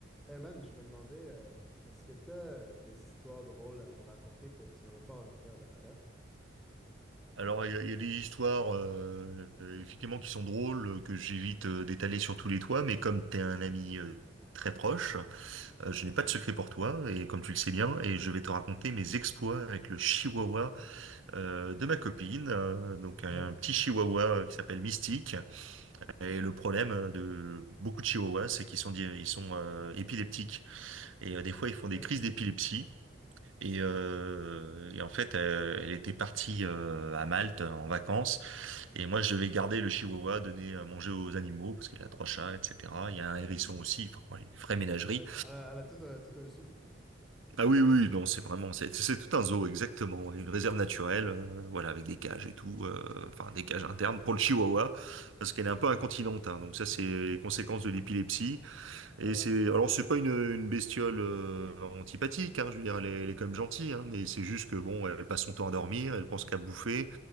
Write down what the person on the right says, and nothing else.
Alors, il y, a il y a des histoires, euh, euh, effectivement, qui sont drôles, euh, que j'évite euh, d'étaler sur tous les toits, mais comme t'es un ami euh, très proche, euh, je n'ai pas de secret pour toi, et comme tu le sais bien, et je vais te raconter mes exploits avec le chihuahua euh, de ma copine, euh, donc
un un petit chihuahua euh, qui s'appelle Mystique. Et le problème euh, de beaucoup de chihuahuas, c'est qu'ils sont, di- ils sont euh, épileptiques, et euh, des fois, ils font
des crises d'épilepsie. Et, euh, et en fait, euh, elle était partie euh, à Malte en vacances. Et moi, je devais garder le chihuahua, donner à manger aux animaux, parce qu'elle a trois chats, etc. Il y a un hérisson aussi, enfin, ouais, une vraie ménagerie.
Ah oui, oui, non, c'est vraiment, c'est c'est tout un zoo, exactement. ouais, Une réserve naturelle, euh, voilà, avec des cages et tout, euh, enfin, des cages internes pour le chihuahua, parce qu'elle est un peu incontinente, hein, donc ça, c'est les conséquences de l'épilepsie.
Et
c'est, alors, c'est pas une, une bestiole euh, antipathique, hein, je veux dire, elle est, elle est quand même gentille, hein, mais c'est juste que, bon, elle passe son temps à dormir, elle pense qu'à bouffer,